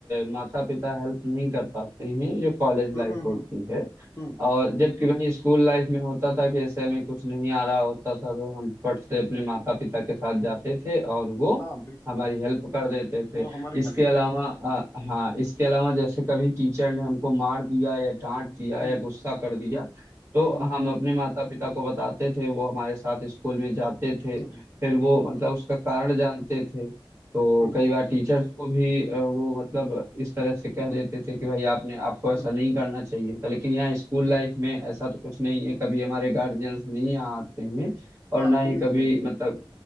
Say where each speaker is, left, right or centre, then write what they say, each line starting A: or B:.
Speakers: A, on the right; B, on the left.
A: माता पिता हेल्प नहीं कर पाते हैं जो कॉलेज लाइफ
B: हम्म हम्म
A: होती
B: हम्म
A: है
B: हम्म हम्म,
A: और जबकि
B: हम्म।
A: वही स्कूल लाइफ में होता था कि जैसे हमें कुछ नहीं आ रहा होता था तो हम फट से अपने माता पिता के साथ जाते थे और वो
B: हाँ बिल्कुल
A: हमारी हेल्प कर देते थे
B: वो हमारी
A: इसके
B: हेल्प
A: अलावा
B: करते
A: अ, हाँ इसके अलावा जैसे कभी टीचर ने हमको मार दिया या डांट दिया
B: हम्म
A: या गुस्सा कर दिया
B: हम्म
A: तो
B: हम्म हम्म
A: हम अपने माता पिता को बताते थे वो हमारे साथ स्कूल में जाते थे
B: हम्म
A: फिर वो मतलब
B: हम्म
A: उसका कारण जानते थे तो
B: हम्म
A: कई बार टीचर्स को भी अ, वो मतलब इस तरह से कह
B: हम्म
A: देते थे कि भाई आपने आपको ऐसा
B: हम्म,
A: नहीं करना चाहिए था लेकिन यहाँ स्कूल
B: हम्म,
A: लाइफ में ऐसा तो कुछ नहीं है कभी हमारे गार्जियंस नहीं यहाँ आते हैं और
B: हाँ
A: ना ही
B: कॉलेज
A: कभी
B: लाइफ में
A: मतलब